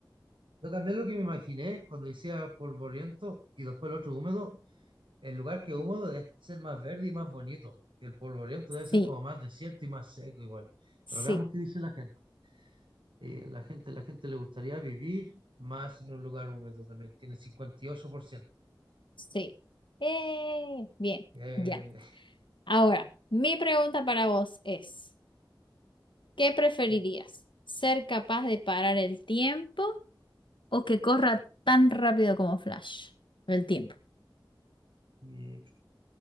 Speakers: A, on the right (about 85°); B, on the left (about 75°).
A: Yo también lo que me imaginé cuando decía polvoriento y después el otro húmedo, el lugar que es húmedo debe ser más verde y más bonito. Y el polvoriento debe ser
B: Sí,
A: como más desierto y más seco igual.
B: sí,
A: Pero veamos qué dice la gente. Eh, la gente, la gente le gustaría vivir más en un lugar húmedo también. Tiene 58%.
B: sí. Eh, bien,
A: Eh,
B: ya. Ahora, mi pregunta para vos es, ¿qué preferirías?
A: <laughs>
B: ¿Ser capaz de parar el tiempo? o que corra tan rápido como Flash, el tiempo.
A: y,